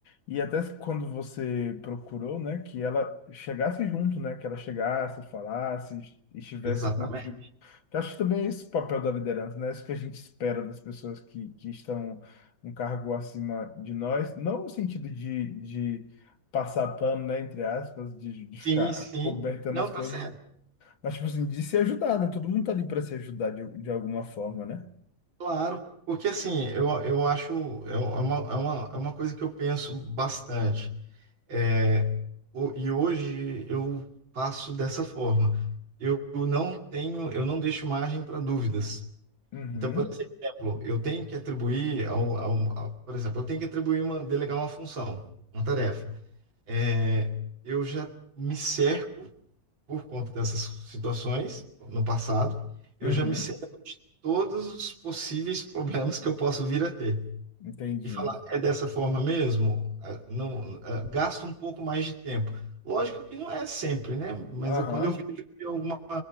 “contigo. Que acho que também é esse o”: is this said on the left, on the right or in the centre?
Left